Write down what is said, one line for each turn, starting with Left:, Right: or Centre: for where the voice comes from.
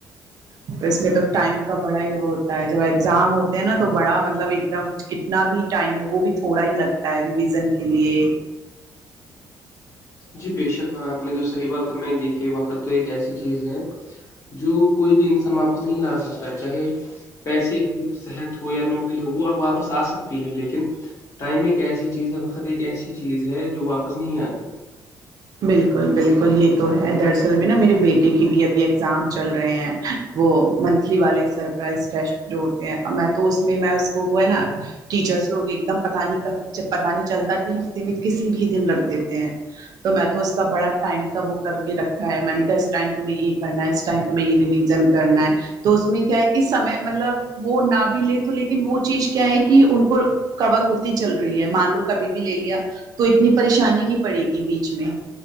Right: تو اس میں تو ٹائم کا بڑا ہی وہ ہوتا جب ایگزام ہوتے ہیں نا تو بڑا مطلب ایک دم کتنا بھی ٹائم ہو وہ بھی تھوڑا ہی لگتا ہے ریویژن کے لیے
Left: جی بےشک ہاں آپ نے تو صحیح بات ہم میں ہی دیکھی وقت تو ایک ایسی چیز ہے جو کوئی بھی انسان واپس نہیں لا سکتا چاہے پیسے ہو صحت ہو یا نوکری ہو وہ اپ واپس آ سک لیکن ٹائم ایک ایسی چیز ہے وقت ایک ایسی چیز ہے جو واپس نہیں آتی
Right: بالکل بالکل یہ تو ہے دراصل میں نا میرے بیٹے کی بھی ابھی ایگزام چل رہے ہیں وہ منتھلی والے سرپرائز ٹیسٹ جو ہوتے ہیں میں تو اس میں اس کو وہ ہے نا ٹیچرس لوگ ایک دم پتا نہیں جب پتا نہیں چلتا کہ ہفتے میں کسی بھی دن رکھ دیتے ہیں تو میں تو اس کا بڑا ٹائم کا وہ کر کے رکھا ہے میں نے کہا اس ٹائم تمہیں یہ کرنا اس ٹائم تمہیں یہ رویژن کرنا ہے تو اس میں کیا ہے کہ سمے مطلب وہ نہ بھی لے تو لیکن وہ چیز کیا ہے کہ ان کو کور ہوتی چل رہی ہے مان لو کبھی بھی لے لیا تو اتنی پریشانی نہیں پڑے گی بیچ میں